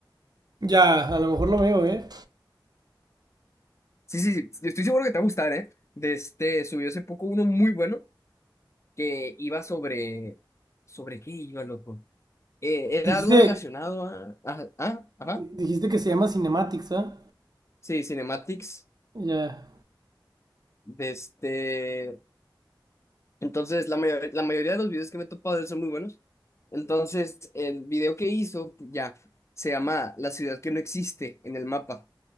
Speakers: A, on the right (about 55°); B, on the left (about 35°).
A: Ya, a lo mejor lo veo, ¿eh?
B: Sí, sí, sí, estoy seguro que te va a gustar, ¿eh? De este, subió hace poco uno muy bueno que iba sobre... ¿Sobre qué iba, loco? Eh, era
A: Dijiste,
B: algo relacionado a... a- ah, ajá.
A: dijiste que se llama Cinematics, ¿ah?
B: Sí, cinematics.
A: Ya,
B: De este... Entonces, la, mayo- la mayoría de los videos que me he topado de él son muy buenos. Entonces, el video que hizo, ya, se llama La ciudad que no existe en el mapa.